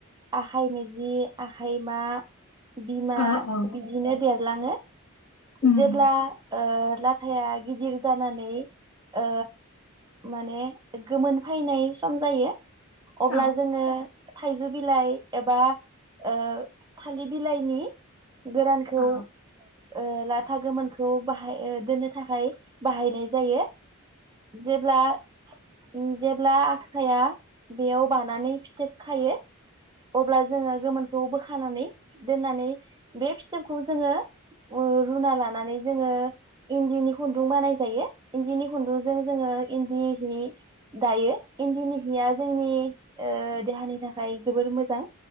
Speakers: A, on the right; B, on the left.
A: आखाइ मिजि आखाइमा बिमा
B: औ औ
A: बिदिनो देरलाङो।
B: उम
A: जेब्ला ओ लाथाया गिदिर जानानै ओ माने गोमोन फैनाय सम जायो अब्ला
B: औ
A: जोङो थाइजौ बिलाइ एबा ओ थालिर बिलाइनि गोरानखौ
B: औ
A: ओ लाथा गोमोनखौ बाहाय ओ दोननो थाखाय बाहायनाय जायो जेब्ला उ जेब्ला आखाया बेयाव बानानै फिथोब खायो अब्ला जोङो गोमोनखौ बोखानानै दोननानै बे फिथोबखौ जोङो रुना लानानै जोङो इन्दिनि खुन्दुं बानाय जायो इन्दिनि खुन्दुंजों जोङो इन्दि हि दायो इन्दिनि हिया जोंनि ओ देहानि थाखाय जोबोर मोजां